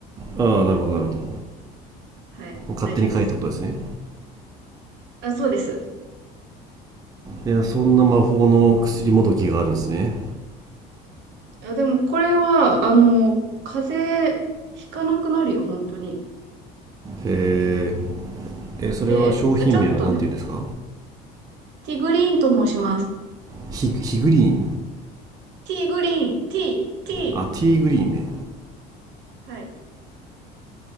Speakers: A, on the right (about 20°); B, on the right (about 70°).
A: ああなるほどなるほど
B: うんうんはい。
A: 勝手に買えってことですね
B: 大丈夫です。あ、そうです。
A: いやそんな魔法の薬もどきがあるんですね
B: あ、でも、これは、あの、風邪ひかなくなるよ、本当に。
A: へええそれは商品名は何て言うんですか
B: で、ちょっとね、ティーグリーンと申します。
A: ヒヒグリーン
B: ティーグリーン、ティー、ティー。
A: あティーグリーンね
B: はい。